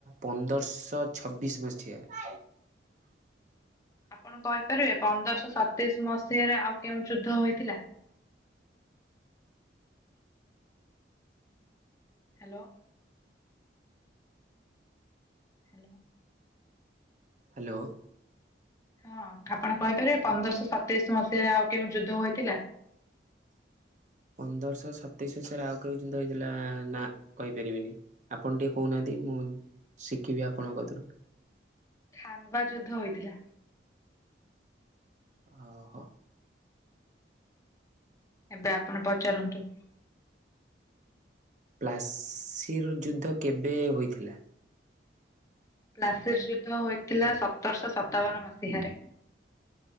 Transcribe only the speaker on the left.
ଆପଣ କହିପାରିବେ ପନ୍ଦରଶହ ସତେଇଶି ମସିହାରେ ଆଉ କେଉଁ ଯୁଦ୍ଧ ହୋଇଥିଲା? ହ୍ୟାଲୋ। ହ୍ୟାଲୋ।
ହଁ ଆପଣ କହିପାରିବେ ପନ୍ଦରଶହ ସତେଇଶି ମସିହାରେ ଆଉ କେଉଁ ଯୁଦ୍ଧ ହୋଇଥିଲା?
ଖାନବା ଯୁଦ୍ଧ ହୋଇଥିଲା।
ଏବେ ଆପଣ ପଚାରନ୍ତୁ।
ପ୍ସିର ଯୁଦ୍ଧ ହୋଇଥିଲା ସତରଶହ ସତାବନ ମସିହାରେ।